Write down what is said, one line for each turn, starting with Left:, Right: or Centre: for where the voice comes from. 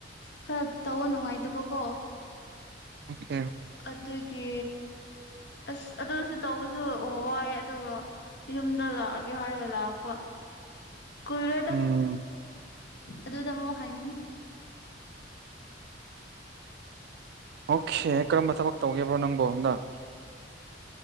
Left: ꯈꯔ ꯇꯧꯕ ꯅꯨꯡꯉꯥꯏꯇꯕꯀꯣ
Right: ꯑꯣ
Left: ꯑꯗꯨꯗꯒꯤ
Right: <inaudible>
Left: ꯑꯁ ꯑꯗꯨꯁꯨ ꯇꯧꯕꯁꯨ ꯋꯥꯏꯑꯦ ꯑꯗꯨꯒ ꯌꯨꯝꯗ ꯂꯥꯛꯑꯒꯦ ꯍꯥꯏꯔꯒ ꯂꯥꯛꯄ
Right: <inaudible>
Left: ꯀꯨꯏꯔꯣꯏꯗ
Right: ꯎꯝ
Left: ꯑꯗꯨꯗ ꯑꯃꯨꯛ ꯍꯥꯏꯒꯅꯤ
Right: ꯑꯣꯀꯦ ꯀꯔꯝꯕ ꯊꯕꯛ ꯇꯧꯒꯦꯕ꯭ꯔꯣ ꯅꯪꯕꯨꯣ ꯍꯟꯗꯛ